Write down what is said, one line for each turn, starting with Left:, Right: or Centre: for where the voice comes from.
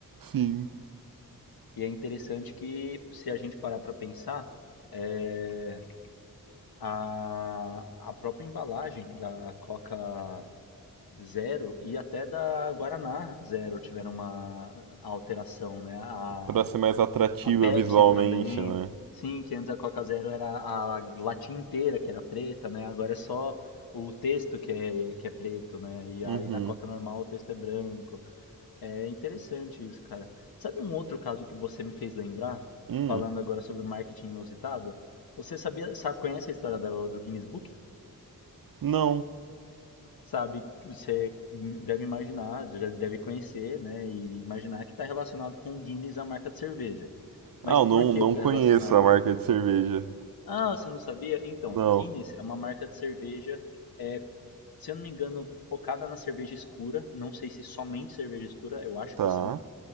Right: sim,
Left: E é interessante que, se a gente parar pra pensar, é, a, a própria embalagem da Coca Zero e até da Guaraná Zero tiveram uma alteração, né? A,
Right: para ser mais atrativa
Left: a Pepsi
Right: visualmente,
Left: também.
Right: né?
Left: Sim, que antes a Coca Zero era a latinha inteira que era preta, né? Agora é só o texto que é, que é preto, né? E
Right: Uhum.
Left: aí na Coca normal o texto é branco. É interessante isso, cara. Sabe um outro caso que você me fez lembrar?
Right: Hum,
Left: Falando agora sobre marketing inusitado? Você sabia, sabe, conhece a história do, do Guinness Book?
Right: não.
Left: sabe, você deve imaginar, já deve conhecer, né, e imaginar que está relacionado com Guinness, a marca de cerveja. Mas
Right: Ah, eu
Left: por
Right: não,
Left: que
Right: não
Left: está
Right: conheço
Left: relacionado?
Right: a marca de cerveja.
Left: Ah, você não sabia? Então,
Right: Não.
Left: Guinness é uma marca de cerveja, é, se eu não me engano, focada na cerveja escura. Não sei se somente cerveja escura, eu acho
Right: Tá.
Left: que sim,